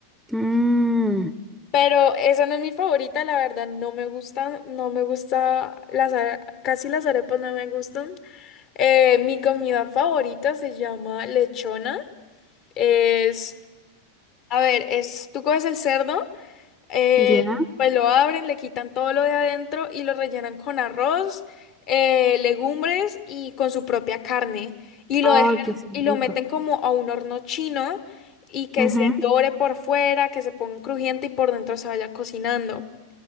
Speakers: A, in the centre; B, on the left (about 40°).
A: Mm,
B: Pero esa no es mi favorita, la verdad, no me gustan, no me gusta las are- casi las arepas no me gustan. Eh, mi comida favorita se llama lechona. Es, a ver, es, tú coges el cerdo, eh,
A: ya.
B: pues lo abren, le quitan todo lo de adentro y lo rellenan con arroz, eh, legumbres y con su propia carne. Y lo
A: Oh,
B: dejan
A: que se ve
B: y lo
A: rico.
B: meten como a un horno chino y que
A: Ujú.
B: se dore por fuera, que se ponga crujiente y por dentro se vaya cocinando.